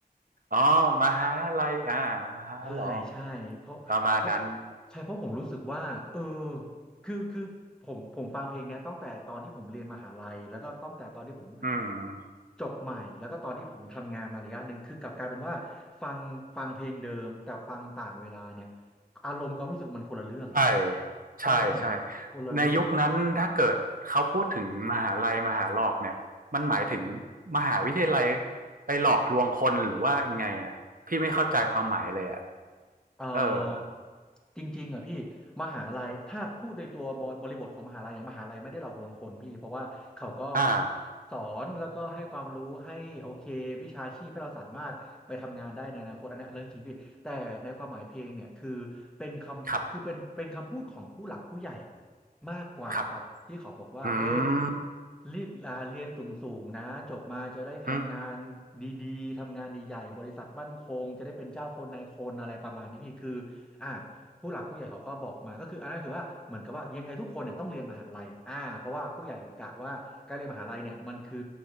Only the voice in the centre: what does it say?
ใช่ใช่เพราะเพราะ
ใช่เพราะผมรู้สึกว่าเออคือคือผมผมฟังเพลงเนี้ยตั้งแต่ตอนที่ผมเรียนมหาลัยแล้วก็ตั้งแต่ตอนที่ผม
จบใหม่แล้วก็ตอนที่ผมทำงานมาระยะหนึ่งคือกลับกลายเป็นว่าฟังฟังเพลงเดิมแต่ฟังต่างเวลาเนี่ยอารมณ์ความรู้สึกมันคนละเรื่อง
เออคนละเรื่อง
เอ่อ
จริงๆอ่ะพี่มหาลัยถ้าพูดในตัวบบริบทของมหาลัยอะมหาลัยไม่ได้หลอกลวงคนพี่เพราะว่าเขาก็
สอนแล้วก็ให้ความรู้ให้โอเควิชาชีพให้เราสามารถไปทำงานได้ในอนาคตอันเนี้ยเรื่องจริงพี่แต่ในความหมายเพลงเนี่ยคือเป็นคำคือเป็นเป็นคำพูดของผู้หลักผู้ใหญ่
มากกว่าครับที่เขาบอกว่าเออ
รีบอ่าเรียนสูงๆนะจบมาจะได้ทำงานดีๆทำงานใหญ่ๆบริษัทมั่นคงจะได้เป็นเจ้าคนนายคนอะไรประมาณนี้พี่คือ
อ่าผู้หลักผู้ใหญ่เขาก็บอกมาก็คืออันนั้นคือว่าเหมือนกับว่ายังไงทุกคนเนี่ยต้องเรียนมหาลัยอ่าเพราะว่าผู้ใหญ่กะว่าการเรียนมหาลัยเนี่ยมันคือ